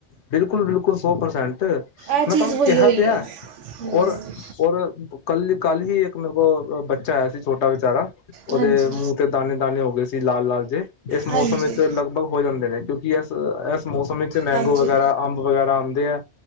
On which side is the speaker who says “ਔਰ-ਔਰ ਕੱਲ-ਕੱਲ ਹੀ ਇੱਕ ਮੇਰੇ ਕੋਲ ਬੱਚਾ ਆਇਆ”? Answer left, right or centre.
Left